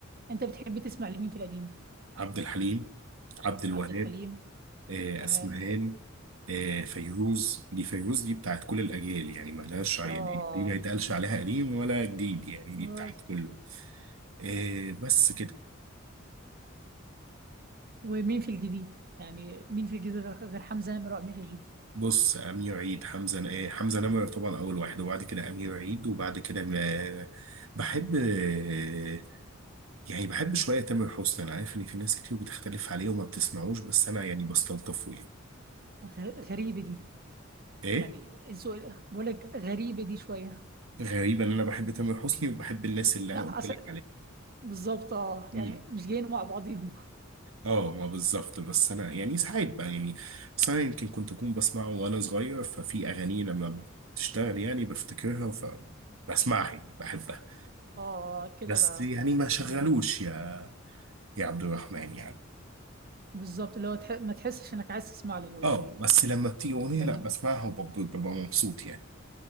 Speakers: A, on the right (about 50°); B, on the right (about 85°).
A: انت بتحب تسمع لمين في القديم
B: عبد الحليم عبد الوهاب
A: عبد الحليم
B: آه،
A: تمام
B: اسمهان آه، فيروز دي فيروز دي بتاعت كل الاجيال يعني ملهاش ع-
A: اه
B: دي دي ما يتقالش عليها قديم ولا جديد يعني
A: بس.
B: دي بتاعت كله آه، بس كده
A: ومين في الجديد يعني مين في الجديد غير غير حمزة نمرة وأمير عيد
B: بص امير عيد حمزه ن- آه، حمزه نمره طبعا اول واحد وبعد كده امير عيد وبعد كده ما- بحب آه، يعني بحب شويه تامر حسني انا عارف ان في ناس كتير بتختلف عليه وما بتسمعوش بس انا يعني بستلطفه يعني
A: غ- غريبة دي
B: ايه
A: يعني الذوق بقول لك غريبة دي شوية
B: غريبه ان انا بحب تامر حسني وبحب الناس اللي
A: لا
B: انا قلت
A: أصل
B: لك
A: بالظبط اه يعني
B: عليها
A: مش جايين مع بعضيهم <laughs>
B: اه ما بالظبط بس انا يعني ساعات بقى يعني بس انا يمكن كنت اكون بسمعه وانا صغير ففي اغاني لما بتشتغل يعني بفتكرها فبسمعها يعني بحبها
A: اه كده
B: بس
A: بقى
B: يعني ما شغلوش
A: تمام
B: يا يا عبد الرحمن يعني
A: بالظبط اللي هو تح... ما تحسش انك عايز تسمع له
B: اه
A: يعني
B: بس لما بتيجي اغنيه
A: فعلا
B: لا بسمعها وببقى ببقى مبسوط يعني